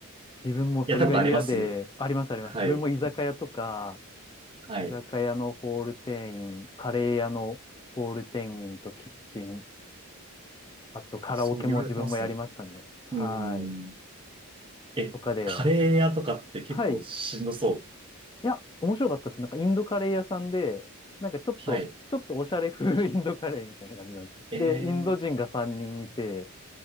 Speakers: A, on the left; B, on the right.
A: 自分もそれが嫌で、
B: やったことあります
A: ありますあります。
B: はい。
A: 自分も居酒屋とか、
B: はい。
A: 居酒屋のホール店員、カレー屋のホール店員とキッチン、あとカラオケも自分もやりましたね。
B: そう、いろいろやってますね。
A: はい。
B: うーん。え、
A: とかで、
B: カレー屋とかって結構しんどそう。
A: はい。いや、面白かったです。なんかインドカレー屋さんで、なんかちょっと、
B: はい。
A: ちょっとおしゃれ風インドカレーみたいな感じなんですよ。
B: えー、
A: で、インド人が3人いて、